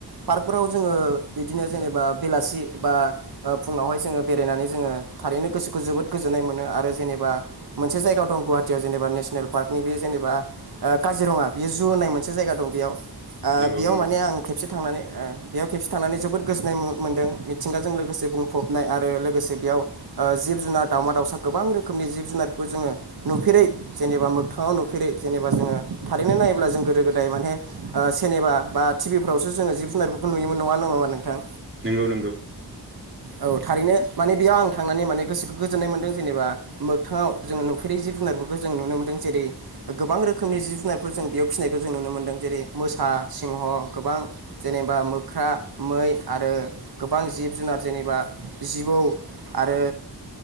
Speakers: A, on the right; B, on the right.
A: पार्कफोराव जोंङो बिदिनो जेनेबा बेलासि बा फुंङावहाय जोङो बेरायनानै जोंङो थारैनो गोसोखौ जोबोर गोजोननाय मोनो आरो जेनेबा मोनसे जायगा‌ दं गुहाटियाव जेनेबा नेसनेल पार्कनि बे एबा ओ काजिरङा बियो जु होननाय मोनसे जायगा दं बेयाव ओ
B: नंगौ
A: बेयाव
B: नंगौ
A: माने आं खेबसे थांनानै ओ बेयाव खेबसे थांनानै जोबोद गोजोननाय मोनदों मिथिंगाजों लोगोसे बुंफबनाय आरो लोगोसे बे आव ओ जिब जुनार दावमा दाउसा गोबां रोखोमनि जिब जुनारखौ जोङो नुफेरै जेनेबा मोगथाङाव नुफेरै जेनबा जोंङो थारैनो नायोब्ला जों गोदो गोदाय माने ओ सेनेमा बा टिभिफ्रावसो जोंङो जिब जुनारफोरखौ नुयोमोन नङा नङामा नोंथां?
B: नंगौ नंगौ।
A: औ थारैनो माने बेयाव आं थांनानै माने गोसोखौ गोजोननाय मोनदों जेनेबा मोगथाङाव जों नुफेरै जिब जुनारफोरखौ जों नुनो मोनदों जेरै गोबां रोखोनि जिब जुनार फोर जों बेयाव फिसिनायखौ जों नुनो मोनदों जेरै मोसा सिंह गोबां जेनेबा मोख्रा मै आरो गोबां जिब जुनार जेनेबा जिबौ आरो